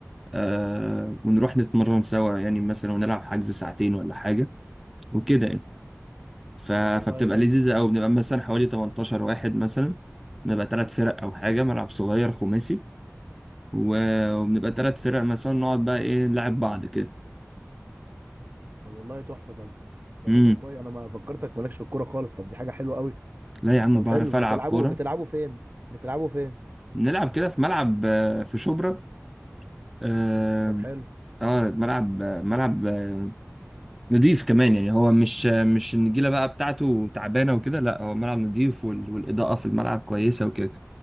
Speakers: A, in the centre; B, on the right.
A: آه ونروح نتمرن سوا يعني مثلا ونلعب حجز ساعتين ولا حاجة وكده يعني ف... فبتبقى
B: طب والله جامد
A: لذيذة أوي بنبقى مثلا حوالي 18 واحد مثلا بنبقى تلات فرق أو حاجة ملعب صغير خماسي و- وبنبقى تلات فرق مثلا نقعد بقى إيه نلعب بعض كده
B: طب والله تحفة طب ده,
A: امم
B: ده كويس انا ما فكرتك مالكش في الكورة خالص طب دي حاجة حلوة قوي
A: لا يا عم
B: طب
A: بعرف
B: حلو
A: ألعب
B: بتلعبوا
A: كورة
B: بتلعبوا فين بتلعبوا فين
A: نلعب كده في ملعب آه، في شبرا اه
B: طب حلو
A: آه، ملعب آه، ملعب آه، نضيف كمان يعني هو مش آه، مش النجيله بقى بتاعته تعبانه وكده لا هو ملعب نضيف وال- والاضاءه في الملعب كويسه وكده